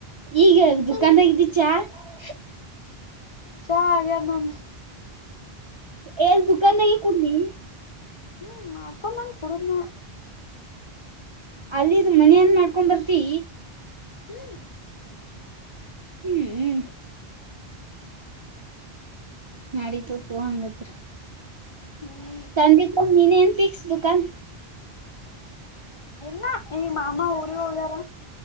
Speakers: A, on the right; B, on the left.
A: ಈಗ ದುಕಾನ್ದಾಗಿದ್ದೀಚಾ
B: ಹ್ಮ್
A: ಹೌ
B: ಚಗ ನನ್ನ
A: ಎ ದದುಕಾನದ ಕುೂಡ ನೀ
B: ಹ್ಮ್ ಮಾಡ್ಕೊಂಬಂದ ಕುಡುದನ
A: ಅಲ್ಲಿದ ಮನೀ ಮಾಡ್ಕೊಂಡ್ ಬರ್ತಿ
B: ಹ್ಮ್
A: ಹ್ಮ್ ಹ್ಮ್ ನಾಡತ ತ ಹಂಗತ್ರ
B: ಹ್ಮ
A: ಸಂಂದೀಪ ಮಿನನ್ ಪಿಸ್ ದದುಕಾನ
B: ಇಲ್ಲ ಈ ಮಾಮ ಊರಿಗೆ ಹೋಗ್ಯಾರ